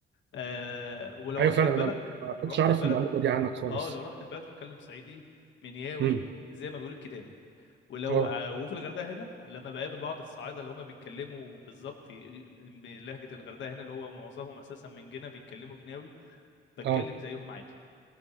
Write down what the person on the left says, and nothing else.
أه ولو
رحت
البلد
رحت
البلد
اه لو رحت البلد هتكلم صعيدي منياوي
زي ما بيقول الكتاب ولو
آه، وفي الغردقه هنا لما بقابل بعض الصعايده اللي هم بيتكلموا بالظبط ي- بلهجه الغردقه هنا اللي هو معظمهم اساسا من جنا بيتكلموا جناوي بتكلم
زيهم عادي